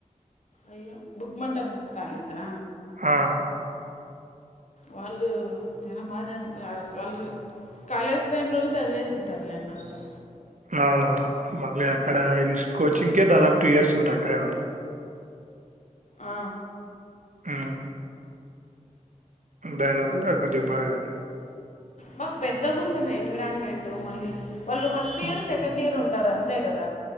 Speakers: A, on the left (about 60°); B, on the right (about 65°).
A: అయ్యో బుక్ మటం కాలేజా
B: ఆ!
A: వాళ్ళు చాలా బాగా చది వాళ్ళు కాలేజ్ టైంలోనే చదివేసింటారు లేన్న అంతా
B: అవునవును మళ్ళీ అక్కడ కోచింగ్కే దాదాపు టూ ఇయర్స్ ఉంట అక్కడే వాళ్ళు
A: ఆ
B: ఉ దానివల్ల కొద్దిగా బాగా
A: మాకు పెద్దగా ఉందిన్న ఎన్విరాన్మెంట్ మళ్ళీ వాళ్ళు ఫస్ట్
B: హ్మ్.
A: ఇయర్ సెకండ్ ఇయర్ ఉంటారని అంతే గాద